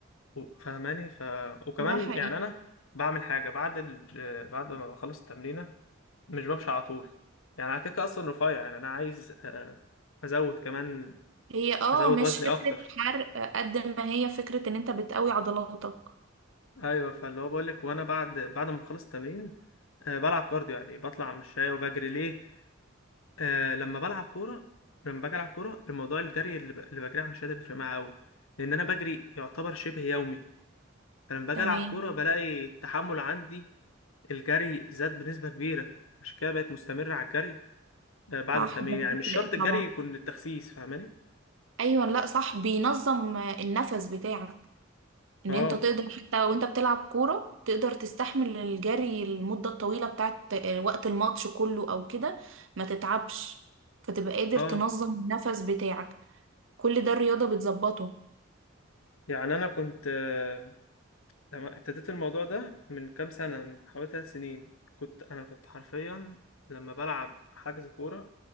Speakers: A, on the left (about 80°); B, on the right (about 65°).
A: و- فاهماني ف وكمان
B: ده حقيقي
A: يعني أنا بعمل حاجة بعد ال... بعد ما بخلص التمرينة مش بمشي على طول يعني أنا كده كده أصلا رفيع يعني أنا عايز آه، أزود كمان
B: هي اه
A: أزود
B: مش
A: وزني
B: فكرة
A: أكتر
B: حرق قد ما هي فكرة ان انت بتقوي عضلاتك
A: ايوه فاللي هو بقول لك وانا بعد بعد ما بخلص التمرين أه بلعب كارديو يعني بطلع مشاية وبجري ليه أه لما بلعب كوره لما باجي العب كوره الموضوع الجري اللي, ب... اللي بجري على المشاية ده بيفرق معايا قوي لان انا بجري يعتبر شبه يومي فلما باجي
B: تمام
A: العب كوره بلاقي التحمل عندي الجري زاد بنسبه كبيره عشان كده بقيت مستمرة على الجري أه بعد
B: صح
A: التمرين
B: ده
A: يعني
B: بيفرق
A: مش شرط الجري
B: طبعا
A: يكون التخسيس فاهماني
B: ايوه لا صح بينظم النفس بتاعك ان
A: اه
B: انت تقدر حتى وانت بتلعب كوره تقدر تستحمل الجري المده الطويله بتاعت وقت الماتش كله او كده ما تتعبش فتبقى قادر
A: اه
B: تنظم النفس بتاعك كل ده الرياضه بتظبطه
A: يعني انا كنت آه، لما ابتديت الموضوع ده من كام سنة من حوالي ثلاث سنين كنت أنا كنت حرفيا لما بلعب حجز كورة